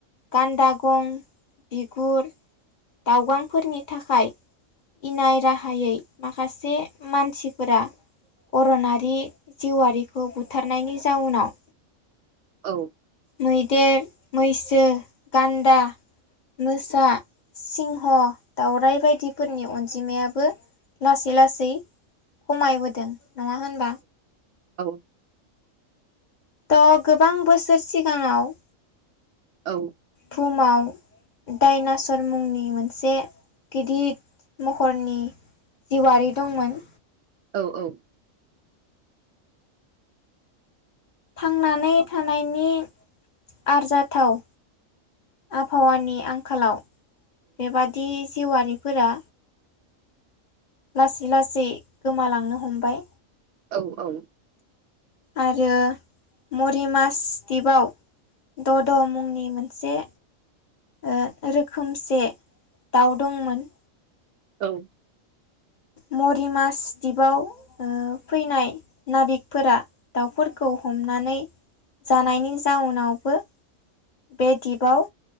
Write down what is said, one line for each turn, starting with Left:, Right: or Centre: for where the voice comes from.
Left: गान्दा गं बिगुर, दाउगांफोरनि थाखाय इनाय राहायै माखासे मानसिफोरा अरनारि जिउआरिखौ बुथारनायनि जाउनाव
Right: औ
Left: मैदेर, मैसो, गान्दा मोसा, सिंह, दावराइ बायदिफोरनि अन जिमायाबो लासै लासै खमायबोदों नङा होमबा?
Right: औ
Left: त' गोबां बोसोर सिगाङाव
Right: औ
Left: बुहुमाव दाइनासर मुंनि मोनसे गिदिद महरनि जिउवारि दंमोन
Right: औ औ
Left: थांनानै
Right: औ
Left: थानायनि आरजाथाव आबहावानि आंखालाव बेबा दि जिउवारिफोरा लासै लासै गोमालांनो हमबाय
Right: औ औ
Left: आरो मरि मास दिपाव द' द' मुंनि मोनसे ओ रोखोमसे दाउ दंमोन।
Right: औ
Left: मरिमास दिपाव ओ फैनाय नाबिकफोराद दावफोर खौ हमनानै जानायनि जाउनावबो बे दिपाव